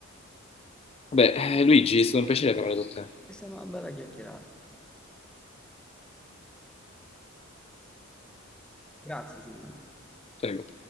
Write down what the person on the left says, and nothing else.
Vabbè, eh, Luigi, è stato un piacere parlare con te.
Prego.